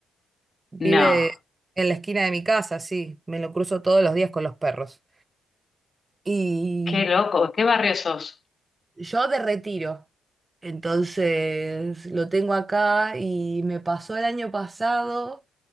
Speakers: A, on the right; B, on the left.
A: Vive
B: no,
A: en la esquina de mi casa, sí. Me lo cruzo todos los días con los perros. Y
B: qué loco, qué barrio sos.
A: yo de retiro. Entonces, lo tengo acá y me pasó el año pasado.